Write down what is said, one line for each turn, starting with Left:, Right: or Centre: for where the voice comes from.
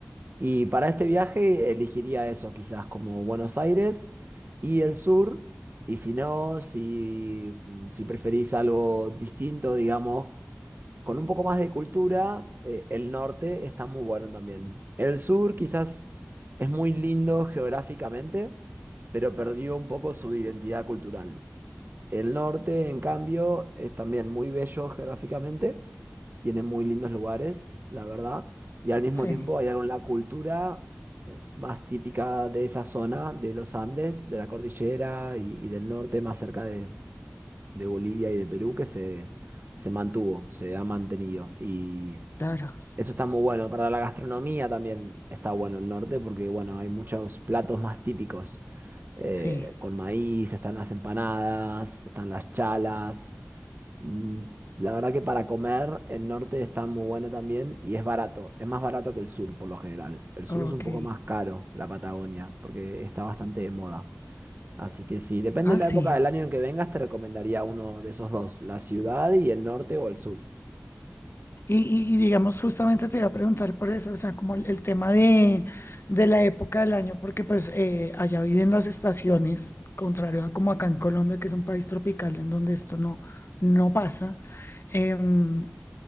Right: Y para este viaje elegiría eso, quizás como Buenos Aires y el sur. Y si no, si, mm, si preferís algo distinto, digamos, con un poco más de cultura, eh, el norte está muy bueno también. El sur quizás es muy lindo geográficamente, pero perdió un poco su identidad cultural. El norte, en cambio, es también muy bello geográficamente tiene muy lindos lugares, la verdad, y al mismo
Left: sí,
Right: tiempo hay algo en la cultura eh, más típica de esa zona, de los Andes, de la cordillera y, y del norte, más cerca de, de Bolivia y de Perú, que se, se mantuvo, se ha mantenido. Y
Left: claro,
Right: eso está muy bueno. Para la gastronomía también está bueno el norte, porque bueno, hay muchos platos más típicos eh,
Left: sí,
Right: con maíz, están las empanadas, están las chalas, Mm, La verdad que para comer el norte está muy bueno también y es barato. Es más barato que el sur por lo general. El sur
Left: ok.
Right: es un poco más caro, la Patagonia, porque está bastante de moda. Así que sí, depende
Left: Ah,
Right: de la
Left: sí.
Right: época del año en que vengas, te recomendaría uno de esos dos, la ciudad y el norte o el sur.
Left: Y, y- y digamos, justamente te iba a preguntar por eso, o sea, como el, el tema de, de la época del año, porque pues eh, allá viven las estaciones, contrario a como acá en Colombia, que es un país tropical en donde esto no, no pasa. Em,